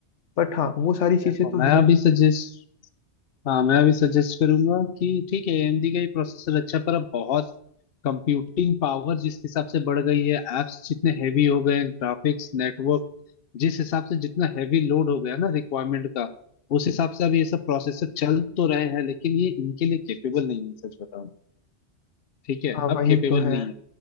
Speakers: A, on the left; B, on the left.
A: बट हाँ वो सारी
B: देखो
A: चीजें तो
B: मैं
A: है
B: अभी सजेस्ट हाँ मैं अभी सजेस्ट करूंगा कि ठीक है एएमडी का ही प्रोसेसर अच्छा पर अब बहुत कंप्यूटिंग पावर जिस हिसाब से बढ़ गई है एप्स जितने हैवी हो गए हैं ग्राफिक्स नेटवर्क जिस हिसाब से जितना हैवी लोड हो गया ना रिक्वायरमेंट का उस हिसाब से अब ये सब प्रोसेसर चल तो रहे हैं लेकिन ये इनके लिए केपेबल नहीं है सच बताऊं ठीक है
A: हाँ
B: अब
A: वही
B: केपेबल
A: तो है
B: नहीं है